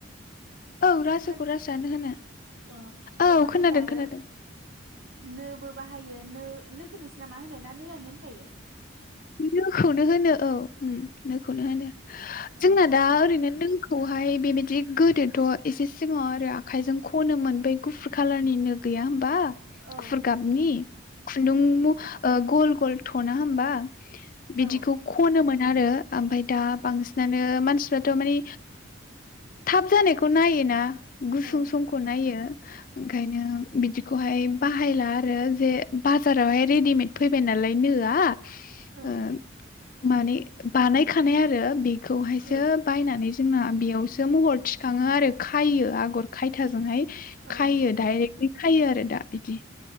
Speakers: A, on the left; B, on the right.
A: औ रासोखौ
B: खोना
A: रासोआनो होनो
B: अ बेयाव
A: औ
B: बाहायनाय
A: खोनादों
B: आरो
A: खोनादों
B: नोबो बाहायो नो नोखौ नोंसोरना मा होनो ना नोआनो होनखायो।
A: बि नोखौनो होनो औ। नोखौनो होनो
B: औ
A: जोंना दा ओरैनो। खौहाय बेबायदि गोदोथ' एसे सिगाङाव आरो आखायजों खनोमोन बै गुफुर खालारनि नो। गैया होमबा
B: औ
A: गुफुर गाबनि। खुन्दुं गल गल। थ'ना होमबा।
B: औ
A: बिदिखौ खन <inaudible> दा बांसिनानो मानसि दाथ' मानि थाब जानायखौ नायोना। गुसुं
B: औ
A: समखौ नायो। ओंखायनो बिदिखौहाय बाहायला आरो जे बाजारावहाय रेडिमेद फैबाय नालाय नोआ।
B: औ
A: ओं। माने बानायखानाय आरो बे। खौहायसो
B: औ
A: बायनानै। जोंना बेयावसो महर थिखाङो आरो खायो आगर खायथाजोंहाय
B: औ
A: खायो डाइरेक्टलि खायो आरो दा बिदि।